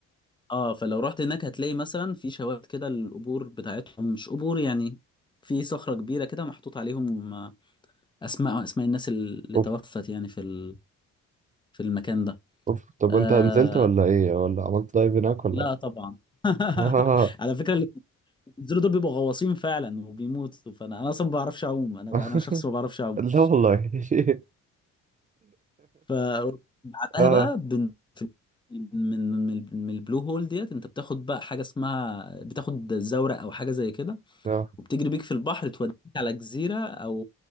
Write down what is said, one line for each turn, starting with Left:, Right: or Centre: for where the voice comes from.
Left: اه فلو رحت هناك هتلاقي مثلا في شواهد كده القبور بتاعتهم مش قبور يعني في صخرة كبيرة كده محطوط عليهم آه، اسماء اسماء الناس اللي
Right: اوف
Left: توفت يعني في ال... في المكان ده
Right: اوف طب
Left: آه...
Right: وانت نزلت ولا ايه ولا عملت دايف هناك ولا
Left: لا طبعا <laughs>
Right: آه.
Left: على فكرة اللي بينزلوا دول بيبقوا غواصين فعلا وبيموتوا فانا انا اصلا ما بعرفش اعوم انا
Right: <laughs>
Left: انا شخص ما بعرفش اعوم
Right: لا والله <laughs>
Left: ف بعدها
Right: اه
Left: بقى بن... من من من من البلو هول ديت انت بتاخد بقى حاجة اسمها بتاخد زورق او حاجة زي كده
Right: اه
Left: وبتجري بيك في البحر توديك على جزيرة أو